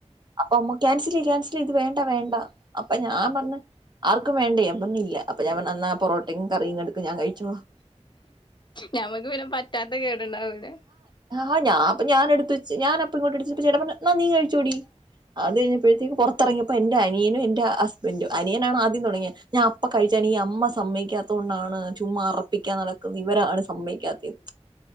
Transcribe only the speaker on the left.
ഞമ്മക്ക് പിന്നെ പറ്റാത്ത കേടുണ്ടാവൂലേ